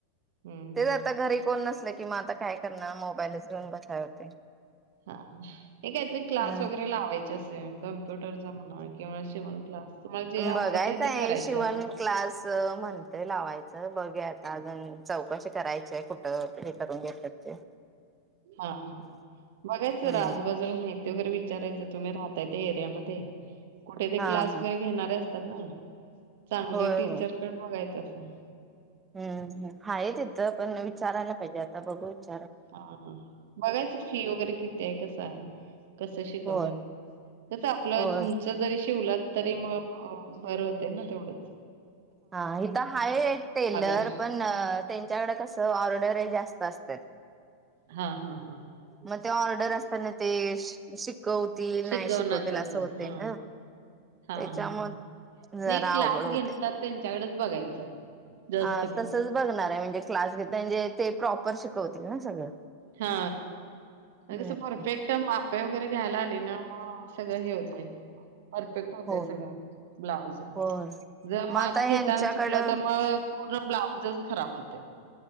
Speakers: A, on the right; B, on the right.
A: हं, हं.
B: तेच आता घरी कोण नसल कि मग आता काय करणार मोबाईलच घेऊन बसाय होते.
A: हा हे काहीतरी क्लास
B: हम्म.
A: वगैरे लावायचे असे कम्प्युटरचा म्हणा शिवन क्लास तुम्हाला जे आवडतंय
B: बघायचं
A: ते
B: आहे
A: करायचं.
B: शिवण क्लास म्हणते लावायचं. बघूया आता अजून चौकशी करायची आहे कुठं हे करून घेतात ते.
A: हा हा बघायचं
B: हम्म
A: आजबाजूला माहिती वगैरे विचारायचं तुम्ही राह त्या एरिया मध्ये. कुठे ते
B: हा
A: क्लास
B: हा
A: वगैरेणार असते तर ना. चांगले
B: होय
A: टीचर
B: होय
A: कडे बघायचं जा <unintelligible>
B: हम्म हा आहे त इथं पण विचारायला पाहिजेता आ बघुत
A: हा बघायचं फी वगैरे किती ते कसं आहे. कस शिकवतात
B: होय
A: तस आपलं
B: होय
A: तुमच जरी शिवलात तरी मग बर होते ना तेवढच.
B: हा इथ हाय टेलर
A: आहे.
B: पण त्यां त्यांच्याकडे कस ऑर्डरे जास्त असतात.
A: हा हा.
B: मग ते ऑर्डर असताना ते शिकवतील
A: शिकवणार
B: नाही शिकवतील
A: कसं
B: असं होतय
A: हा
B: ना
A: हा
B: त्याच्या
A: हा हा
B: मग जरा
A: नाही
B: आवगड
A: क्लास
B: होतय
A: घेतात त्यांच्याकडेच बघायचं जास्त
B: अ
A: करून
B: तसच बघणार आहे म्हणजे क्लास <unintelligible> ते प्रॉपर शिकवतील ना सगळं
A: हा ते
B: हम्म
A: कस परर्फेक्ट माप <unintelligible> वगैरे घ्यायला आले ना म सगळं हे होतय परफेक्ट होतय
B: हो
A: सगळं ब्लाउज
B: होय
A: जर
B: मग
A: माप
B: आता
A: घेताना
B: ह्यांच्याकडं
A: चुकलं तर मग पूर्ण ब्लाउजच खराब होतय.